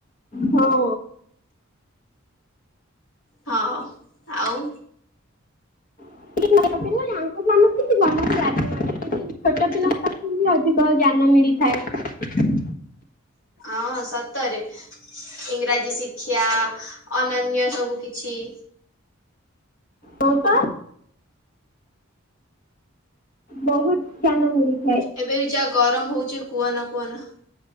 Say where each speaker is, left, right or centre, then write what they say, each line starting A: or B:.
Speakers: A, on the left (about 40°); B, on the left (about 70°).
A: ହଁ।
B: ହଁ ଆଉ
A: <inaudible> ଆଙ୍କ ସମସ୍ତିଙ୍କି ବାହାରେ ଲାଜ ମାଡ଼ୁଚି <unintelligible> ଉଁ ହୁଁ ଛୋଟ ପିଲାଙ୍କ ପାଖୁରୁ ହିଁ ଅଧିକ ଜ୍ଞାନ ମିଳିଥାଏ।
B: ଅଁ ସତରେ ଇଂରାଜୀ ଶିକ୍ଷା ଅନନ୍ୟ ସବୁ କିଛି। ଇ
A: ହଁ ପା। ବହୁତ ଜ୍ଞାନ ମିଳେ।
B: ଏବେ ବି ଯାହା ଗରମ ହୋଉଚି କୁହନା କୁହନା